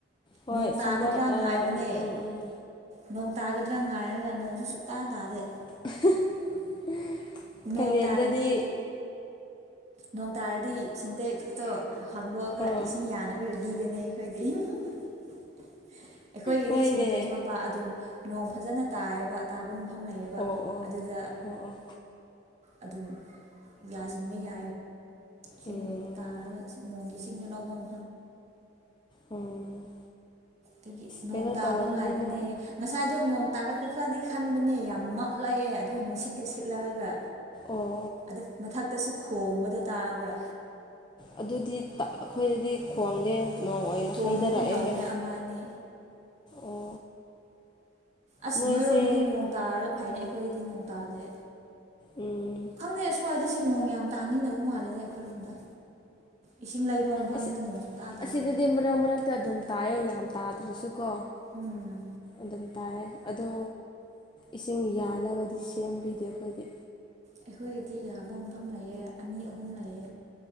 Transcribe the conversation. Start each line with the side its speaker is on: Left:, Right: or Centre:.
Left: ꯍꯣꯏ
Right: ꯅꯣꯡ ꯇꯥꯒꯗ꯭ꯔꯥ
Left: ꯁꯝꯃꯔ
Right: ꯉꯥꯏꯕꯅꯦ
Left: ꯑꯥ ꯎꯝ ꯎꯝ
Right: ꯅꯣꯡ ꯇꯥꯒꯗ꯭ꯔꯥ ꯉꯥꯏꯔꯒ ꯅꯣꯡꯁꯨ ꯁꯨꯛꯇꯥ ꯇꯥꯗꯦ
Left: <unintelligible>
Right: ꯅꯣꯡ
Left: ꯀꯥꯂꯦꯟꯗꯗꯤ
Right: ꯇꯥꯔꯗꯤ ꯅꯣꯡ ꯇꯥꯔꯗꯤ ꯁꯤꯟꯇꯦꯛꯁꯇꯣ ꯍꯥꯡꯗꯣꯛꯑꯒ
Left: ꯑꯥ
Right: ꯏꯁꯤꯡ ꯌꯥꯅꯕ ꯔꯦꯗꯤꯗꯅꯦ ꯑꯩꯈꯣꯏꯗꯤ <unintelligible> ꯑꯩꯈꯣꯏꯒꯤꯗꯤ
Left: ꯍꯣꯏꯅꯦ
Right: ꯁꯤꯟꯇꯦꯛꯁ ꯃꯄꯥ ꯑꯗꯨꯝ ꯅꯣꯡ ꯐꯖꯅ ꯇꯥꯏꯑꯕ ꯇꯥꯕ ꯃꯐꯝ ꯂꯩꯌꯦꯕ
Left: ꯑꯣ ꯑꯣ
Right: ꯑꯗꯨꯗ
Left: ꯑꯣ ꯑꯣ
Right: ꯑꯗꯨꯝ ꯌꯥꯖꯤꯟꯕ ꯌꯥ ꯆꯤꯡ
Left: ꯎꯝ
Right: ꯇꯥꯔꯒ ꯅꯣꯡꯒꯤ ꯏꯁꯤꯡꯗ ꯂꯧꯕꯝ
Left: ꯎꯝ
Right: ꯗꯒꯤ ꯅꯣꯡ
Left: ꯀꯩꯅꯣ
Right: ꯇꯥꯕ
Left: ꯇꯧꯔꯝꯃꯅꯤ
Right: ꯉꯥꯏꯕꯅꯦ
Left: ꯅꯣꯏ
Right: ꯉꯁꯥꯏꯗꯣ ꯅꯣꯡ ꯇꯥꯛꯔꯛꯀꯗ꯭ꯔꯗꯤ ꯈꯟꯕꯅꯦ ꯌꯥꯝ ꯃꯝꯂꯛꯑꯦ ꯑꯗꯨ ꯅꯨꯡꯁꯤꯠꯀ ꯁꯤꯠꯂꯛꯑꯒ
Left: ꯑꯣ
Right: ꯑꯗ ꯃꯊꯛꯇꯁꯨ ꯈꯣꯡꯕꯗꯣ ꯇꯥꯕ꯭ꯔꯥ
Left: ꯑꯗꯨꯗꯤ ꯇ ꯑꯈꯣꯏꯗꯗꯤ ꯈꯣꯡꯗꯦ ꯅꯣꯡ ꯑꯣꯏꯅ
Right: ꯍꫭꯝꯕꯒꯨꯝ
Left: ꯍꯩꯊꯔꯛꯑꯦꯍꯦ
Right: ꯇꯧꯕꯅꯦ ꯑꯃ ꯑꯅꯤ
Left: ꯑꯣ
Right: ꯑꯁ
Left: ꯅꯣꯏꯁꯦ
Right: ꯅꯣꯏꯔꯣꯝꯗꯗꯤ ꯅꯣꯡ ꯇꯥꯔꯒ ꯐꯩꯅꯦ ꯑꯩꯈꯣꯏꯗꯗꯤ ꯅꯣꯡ ꯇꯥꯗꯦ
Left: ꯎꯝ
Right: ꯈꯪꯗꯦ ꯑꯁ꯭ꯋꯥꯏꯗ ꯁꯤ ꯅꯣꯡ ꯌꯥꯝ ꯇꯥꯅꯤꯡꯗꯕ ꯃꯥꯜꯂꯦꯗ ꯑꯩꯈꯣꯏꯔꯣꯝꯗ ꯏꯁꯤꯡ ꯂꯩꯕ ꯃꯐꯝꯗ
Left: ꯑꯁꯤ
Right: ꯅꯣꯡ ꯁꯨꯛꯇꯥ ꯇꯥꯗꯦ
Left: ꯑꯁꯤꯗꯗꯤ ꯃꯔꯛ ꯃꯔꯛꯇ ꯑꯗꯨꯝ ꯇꯥꯏꯌꯦ ꯌꯥꯝ ꯇꯥꯗ꯭ꯔꯁꯨꯀꯣ
Right: ꯎꯝ
Left: ꯑꯗꯨꯝ ꯇꯥꯌꯦ ꯑꯗꯣ ꯏꯁꯤꯡ ꯌꯥꯅꯕꯗꯤ ꯁꯦꯝꯕꯤꯗꯦ ꯑꯩꯈꯣꯏꯗꯤ
Right: ꯑꯩꯈꯣꯏꯒꯤꯗꯤ ꯌꯥꯕ ꯃꯐꯝ ꯂꯩꯌꯦ ꯑꯅꯤ ꯑꯍꯨꯝ ꯂꯩꯌꯦ